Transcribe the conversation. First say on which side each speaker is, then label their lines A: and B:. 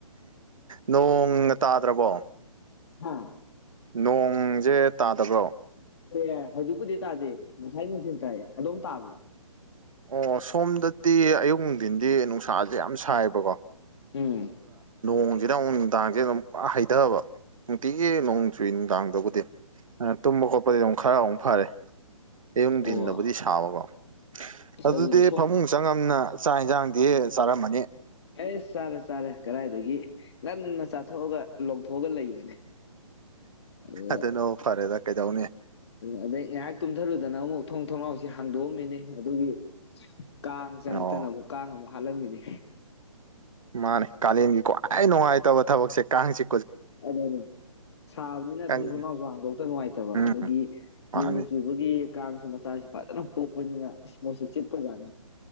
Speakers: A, on the right; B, on the left.
A: ꯅꯣꯡꯒ ꯇꯥꯗ꯭ꯔꯕꯣ
B: ꯍꯥꯥ
A: ꯅꯣꯡꯁꯦ ꯇꯥꯗꯕ꯭ꯔꯣ
B: ꯑꯦ ꯍꯧꯖꯤꯛꯄꯨꯗꯤ ꯇꯥꯗꯦ ꯉꯁꯥꯏ ꯅꯨꯡꯊ ꯇꯥꯏ ꯑꯗꯨꯝ ꯇꯥꯕ꯭ꯔꯣ
A: ꯑꯣ ꯁꯣꯝꯗꯗꯤ ꯑꯌꯨꯛ ꯅꯨꯡꯊꯤꯟꯗꯤ ꯅꯨꯡꯁꯥꯁꯦ ꯌꯥꯝ ꯁꯥꯏꯕꯀꯣ
B: ꯎꯝ
A: ꯗꯨꯀꯣꯡ ꯁꯤꯗꯥꯪ ꯅꯨꯡꯗꯥꯡꯁꯦ ꯑꯗꯨꯝ ꯄꯨꯔ ꯍꯩꯊꯕ ꯅꯨꯡꯇꯤꯒꯤ ꯅꯣꯡ ꯆꯨꯏ ꯅꯨꯡꯗꯥꯡꯗꯕꯨꯗꯤ ꯑꯗꯨ ꯇꯨꯝꯕ ꯈꯣꯠꯄꯗꯤ ꯑꯗꯨꯝ ꯈꯔ ꯑꯃꯨꯛ ꯐꯔꯦ ꯑꯌꯨꯡꯊꯤꯟꯗꯕꯨꯗꯤ
B: ꯑꯣ
A: ꯁꯥꯕꯀꯣ
B: ꯑꯁ
A: ꯑꯗꯨꯗꯤ
B: ꯁꯣꯝ
A: ꯐꯃꯨꯡ ꯆꯪꯉꯝꯅ ꯆꯥꯛ ꯌꯦꯟꯁꯥꯡꯗꯤ ꯆꯥꯔꯝꯃꯅꯤ
B: ꯑꯩ ꯆꯥꯔꯦ ꯆꯥꯔꯦ ꯀꯗꯥꯏꯗꯒꯤ ꯉꯟꯅ ꯆꯥꯊꯣꯛꯑꯒ ꯂꯧꯊꯣꯛꯑꯒ ꯂꯩꯕꯅꯦ ꯑꯗꯨꯗ
A: ꯑꯗꯨꯅꯣ ꯐꯔꯦꯗ ꯀꯩꯗꯧꯅꯤ
B: ꯑꯗꯩ ꯉꯥꯏꯍꯥꯛ ꯇꯨꯝꯊꯔꯨꯗꯅ ꯑꯃꯨꯛ ꯊꯣꯡ ꯊꯣꯡꯅꯥꯎꯁꯤ ꯍꯥꯡꯗꯣꯛꯑꯝꯃꯤꯅꯤ ꯑꯗꯨꯒꯤ ꯀꯥꯡ ꯆꯪꯉꯛꯇꯅ
A: ꯑꯣ
B: ꯑꯃꯨꯛ ꯀꯥꯡ ꯑꯃꯨꯛ ꯍꯥꯠꯂꯝꯃꯤꯅꯦ
A: ꯃꯥꯅꯦ ꯀꯥꯂꯦꯟꯒꯤ ꯈ꯭ꯋꯥꯏ ꯅꯨꯡꯉꯥꯏꯇꯕ ꯊꯕꯛꯁꯦ ꯀꯥꯡꯁꯤ
B: ꯑꯗꯅꯦ ꯁꯥꯕꯅꯤꯅ
A: ꯀꯪ
B: ꯊꯣꯡ ꯊꯣꯡꯅꯥꯎꯁꯨ ꯍꯥꯡꯗꯣꯛꯇ ꯅꯨꯡꯉꯥꯏꯇꯕ
A: ꯎꯝ
B: ꯑꯗꯒꯤ
A: ꯃꯥꯅꯤ
B: ꯅꯣꯡ ꯆꯨꯕꯒꯤ ꯀꯥꯡꯁꯨ ꯃꯆꯥꯁꯤ ꯐꯖꯅ ꯄꯣꯛꯄꯅꯤꯅ ꯏꯁ ꯃꯣꯏꯁꯤ ꯆꯤꯞꯄꯖꯥꯠꯅꯤ